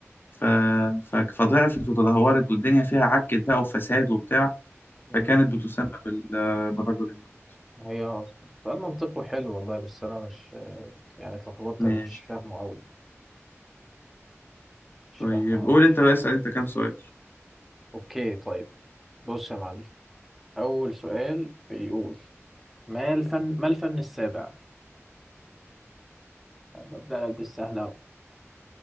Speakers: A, on the left; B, in the centre.
A: ف... ف... فضعفت وتدهورت والدنيا فيها عكت بقى وفساد وبتاع
B: مم.
A: فكانت بتسمى بال... آه، بالرجل المريض
B: هي سؤال منطقي حلو والله بس انا مش يعني اتلخبطت
A: ماشي
B: انا مش فاهمه قوي مش
A: طيب
B: فاهمه قوي
A: قول انت بقى اسال انت كام سؤال
B: اوكي طيب بص يا معلم اول سؤال بيقول ما الفن ما الفن السابع أنا ببدأ لك بالسهل اهو